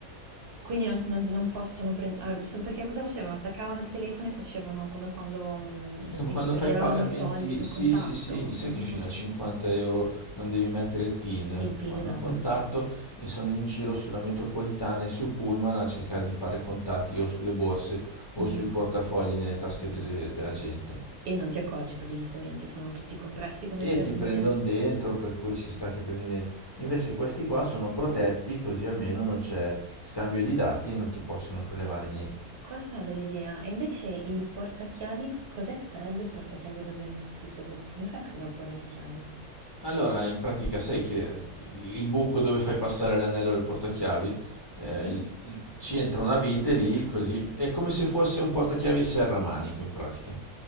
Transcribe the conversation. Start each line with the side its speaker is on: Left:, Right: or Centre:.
Right: Quindi non, non- non possono prendere... perché cosa facevano? Attaccavano il telefono e facevano come quando... mm,
Left: È come
Right: e
Left: quando
Right: ti prelevavano
Left: fai pagamenti,
Right: i soldi col
Left: sì,
Right: contatto.
Left: sì, sì, sai
Right: Ah,
Left: che fino
Right: ok.
Left: a 50 euro non devi mettere il PIN,
Right: Il PIN,
Left: fanno
Right: esatto,
Left: contatto
Right: sì.
Left: e sono in giro sulla metropolitana e su Pullman a cercare di fare contatti o sulle borse o
Right: No.
Left: sui portafogli nelle tasche delle- della gente.
Right: E non ti accorgi perché giustamente sono tutti compressi come
Left: E
Right: sardine.
Left: ti prendono dentro, per cui ci sta che prendi dentro. Invece questi qua sono protetti, così almeno non c'è scambio di dati e non ti possono prelevare niente.
Right: Questa è una bella idea. E invece il portachiavi, co- cos'è che sarebbe il portachiavi dove metti sovra... Come fai a sovrapporre le chiavi?
Left: Allora, in pratica sai che eh, il buco dove fai passare l'anello del portachiavi, eh,
Right: Sì?
Left: l- l- ci entra una vite lì, così è come se fosse un portachiavi a serramanico in pratica.